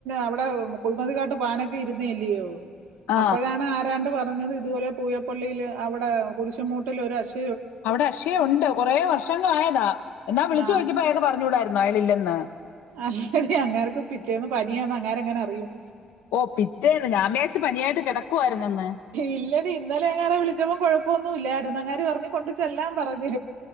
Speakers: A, on the right (about 75°); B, on the left (about 65°).
A: അവിടെ കുഴമതിക്കാട്ട് പാനൊക്കെ ഇരുന്നേ ഇല്ലയോ
B: ആ
A: അപ്പോഴാണ് ആരാണ്ട് പറഞ്ഞത് ഇതുപോലെ പൂയപ്പള്ളിയില് അവിടെ കുരിശമൂട്ടിൽ ഒരു അഷ്
B: അവിടെ അക്ഷയ ഉണ്ട് കുറേ വർഷങ്ങളായതാ എന്നാ വിളിച്ചു
A: ആ
B: ചോയ്ച്ചപ്പോ അയാക് പറഞ്ഞൂടായിര് ന്നായില് ല്ലെന്ന്
A: അല്ലടി അങ്ങേര്ക് പിറ്റേന്ന് പനിയാന്ന് അങ്ങേരെങ്ങനെ അറിയും
B: ഓ പിറ്റേന്ന് ഞാവിചാര്ച്ചു പനിയായിട്ട് കിടക്കുവായിരുന്നന്ന്
A: ഇല്ലടി ഇന്നലെ അയാളെ വിളിച്ചപ്പോം കൊഴപ്പൊന്നും ഇല്ലായിരുന്നു അങ്ങാര് പറഞ് കൊണ്ട് ചെല്ലാം പറഞ്